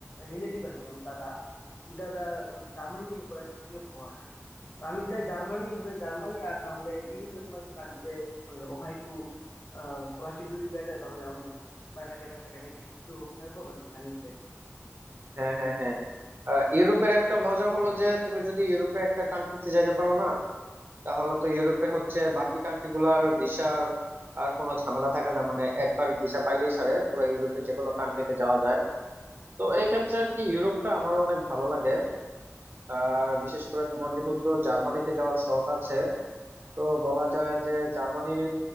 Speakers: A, on the left; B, on the right.
A: রিলেটিভ আর কি ওর দাদা ও দাদা উম, জার্মানি থেকে পড়ে আসছে ফ্রি অফ কস্ট তো আমি চাই জার্মানি হলে জার্মানি আর না হলে ইউরোপের কোনো একটা কান্ট্রিতে চলে যাবো ওখানে একটু স্কলারশিপ যদি পেয়ে যায় তাহলে আমাদের বা একটু হেল্প হবে আর কি ফাইন্যান্সিয়ালি
B: হ্যাঁ হ্যাঁ হ্যাঁ আহ, ইউরোপের একটা মজা হলো যে তুমি যদি ইউরোপে একটা কান্ট্রিতে যাইতে পারো না তাহলে তো ইউরোপে হচ্ছে বাকি কান্ট্রি গুলার ভিসার আর কোনো ঝামেলা থাকে না মানে একবার ভিসা পাইলেই সারে পুরো ইউরোপে যে কোনো কান্ট্রিতে যাওয়া যায় তো এই ক্ষেত্রে আর কি ইউরোপটা আমারও অনেক ভালো লাগে আর বিশেষ করে তোমার যেহেতু জার্মানিতে যাওয়ার শখ আছে তো বলা যায় যে জার্মানির